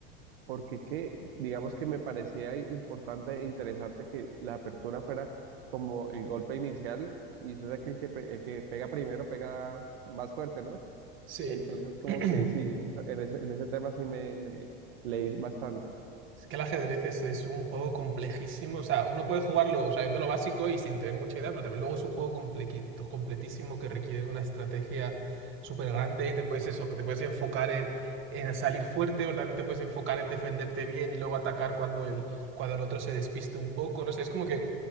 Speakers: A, on the right (about 75°); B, on the right (about 40°).
A: porque qué digamos que me parecía importante e interesante que la apertura fuera como el golpe inicial, y usted sabe que el que, pe- el que pega primero pega más fuerte, ¿no?
B: sí.
A: Entonces, como
B: <clears throat>
A: que sí, eso- en ese, en ese tema sí me, me leí bastante.
B: Es que el ajedrez es, es un juego complejísimo. O sea, uno puede jugarlo sabiendo lo básico y sin tener mucha idea, pero también luego es un juego complequi- completísimo que requiere una estrategia súper grande y te puedes eso, que te puedes enfocar en, en salir fuerte, pero también te puedes enfocar en defenderte bien y luego atacar cuando el, cuando el otro se despiste un poco. No sé, es como que